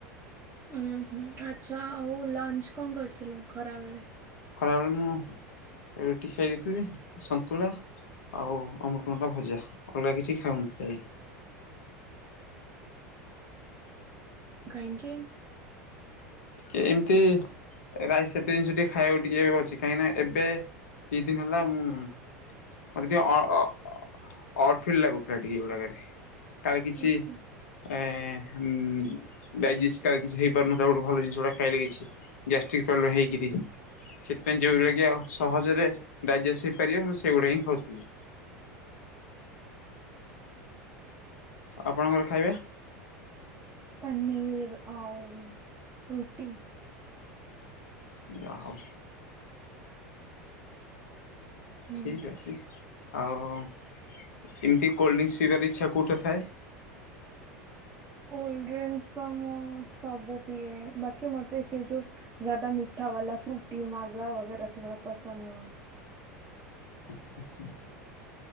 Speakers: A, on the right (about 20°); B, on the left (about 65°).
A: ଉଁ ହୁଁ ଆଚ୍ଛା ଆଉ ଲଞ୍ଚ କଣ କରିଥିଲେ ଖରା ବେଳେ?
B: ଖରାବେଳେ ମୁଁ ରୁଟି ଖାଇଦେଇଥିଲି ସନ୍ତୁଳା ଆଉ ଅମୃତ ଭଣ୍ଡା ଭଜା ଅଲଗା କିଛି ଖାଉନଥିଲି।
A: କାଇଁକି?
B: ଟିକେ ଏମିତି ରାଇସ୍ ସେତେ ଜିନିଷ ଟିକେ ଖାଇବାକୁ ଟିକେ ଏ ଅଛି। କାହିଁକି ନା ଏବେ କି ଦିନ ହେଲା ମୁଁ ଅରଦିଅ ଅ ଅ ଅ ଅଡ଼ ଫିଲ ଲାଗୁଥିଲା ଟିକେ ଏଗୁଡାକରେ। ତାର କିଛି
A: ଆଚ୍ଛା
B: ଏ ହେଁ ଡାଇଜିଷ୍ଟକା କିଛି ହେଇ <unintelligible> ଭଲ ଜିନିଷ ଗୁଡାକ ଖାଇଲେ କିଛି ଗ୍ୟାଷ୍ଟ୍ରିକ୍ ପ୍ରୋବ୍ଲେମ ହେଇକିରି। ସେଥିପାଇଁ ଯେଉଁଗୁଡ଼ା କି ଆଉ ସହଜରେ ଡାଇଜେଷ୍ଟ ହେଇପାରିବ, ମୁଁ ସେଗୁଡ଼ା ହିଁ ଖାଉଥିଲି। ଆପଣଙ୍କର ଖାଇବା?
A: ପନୀର୍ ଆଉ ରୁଟି।
B: ଯାହଉ।
A: ହୁଁ।
B: ଠିକ୍ ଅଛି, ଆଉ ଏମିତି କୋଲ୍ଡଡିଙ୍କ୍ସ୍ ପିଇବାର ଇଚ୍ଛା କେଉଁଠି ଥାଏ?
A: ଆଉ ଅଣ୍ଡିଆନ୍ସ ତ ମୁଁ ସବୁ ପିଏ ବାକି ମତେ ସେ ଯୋଉ। ଯାଦା ମିଠାବାଲା ଫ୍ରୁଟି ମାଜା ବଗେରା ସେଗୁଡା ପସନ୍ଦ ନୁହଁ।
B: ଆଚ୍ଛା ଆଚ୍ଛା।